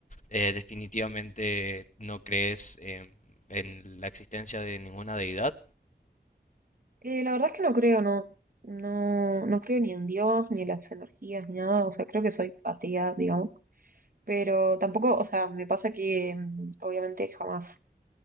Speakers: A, on the left; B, on the right.
A: eh, definitivamente no crees en, en la existencia de ninguna deidad?
B: eh, la verdad es que no creo, no, no, no creo ni en Dios, ni en las energías, ni nada, o sea, creo que soy atea, digamos, pero tampoco, o sea, me pasa que mm, obviamente jamás